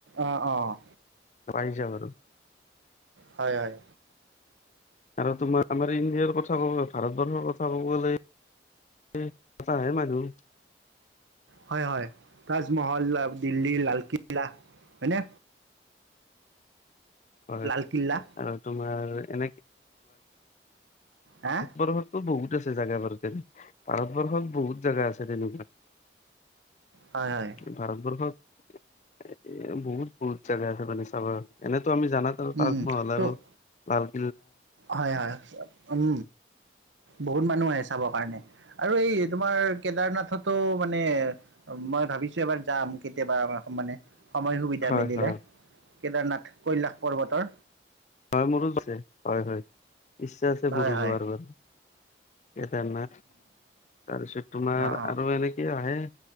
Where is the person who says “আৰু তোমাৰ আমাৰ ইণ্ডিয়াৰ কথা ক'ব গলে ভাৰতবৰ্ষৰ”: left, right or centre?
Left